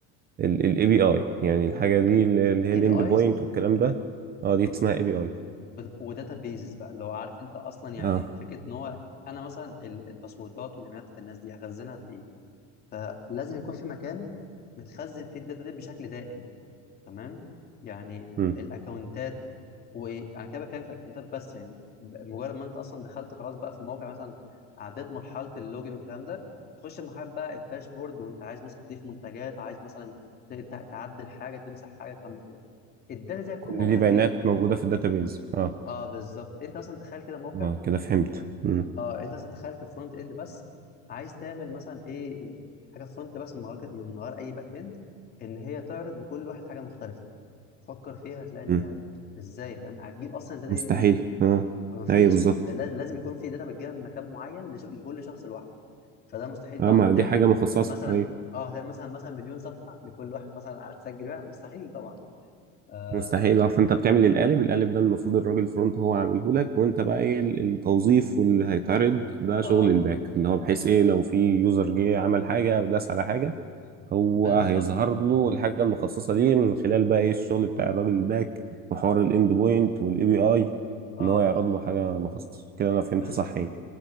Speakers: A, on the right; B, on the left.
A: الاي بي اي يعني الحاجة دي اللي هي
B: اي
A: الاند
B: بي ايز
A: بوينت والكلام ده اه دي اسمها اي بي اي
B: وداتا بيزز بقى اللي هو عارف انت اصلا يعني
A: اه
B: فكره ان هو انا مثلا ال- الباسوردات والايميلات بتاع الناس دي هخزنها في ايه فلازم يكون في مكان متخزن فيه الداتا دي بشكل دائم تمام يعني
A: امم
B: الاكونتات وانا كده بتكلم في الاكونتات بس يعني ب- مجرد ما انت اصلا دخلت خلاص بقى في الموقع مثلا عديت مرحله اللوجن والكلام ده تخش مرحله بقى الداشبورد وانت عايز مثلا تضيف منتجات عايز مثلا ت- ت- تعدل حاجه تمسح حاجه الكلام ده كله الداتا دي هتكون
A: كل
B: موجوده
A: دي بيانات
B: فين
A: موجودة في الداتابيز اه
B: اه بالظبط انت مثلا تخيل كده موقع
A: اه كده فهمت امم
B: اه انت مثلا تخيل كفرونت اند بس عايز تعمل مثلا ايه حاجه فرونت بس من غير من غير اي باك اند ان هي تعرض لكل واحد حاجه مختلفه فكر فيها هتلاقي ان
A: امم
B: هي ازاي فاهم هتجيب اصلا الداتا
A: مستحيل
B: دي منين
A: اه
B: مفيش
A: ايوه بالظبط
B: ما هو لا- لازم يكون في داتا بتجيبها من مكان معين لش- لكل شخص لوحده فده مستحيل
A: اه
B: طبعا
A: ما
B: انك
A: دي
B: تعمل
A: حاجة مخصصة
B: مثلا
A: ايوه
B: اه هتعمل مثلا مثلا مليون صفحه لكل واحد مثلا هتسجل بيها مستحيل طبعا اه,
A: مستحيل اه فانت بتعمل القالب القالب ده المفروض الراجل الفرونت هو عامله لك وانت بقى ايه ال- التوظيف واللي هيتعرض ده شغل
B: آه
A: الباك اللي هو بحيث ايه لو في يوزر جه عمل حاجة او داس على حاجة هو
B: بالظبط
A: هيظهر
B: كده
A: له الحاجه المخصصه ليه من خلال بقى ايه الشغل بتاع الراجل الباك وحوار الاند بوينت والاي بي اي
B: اه
A: ان هو يعرض
B: اه
A: له حاجه مخصصه كده انا فهمت
B: بالظبط
A: صح يعني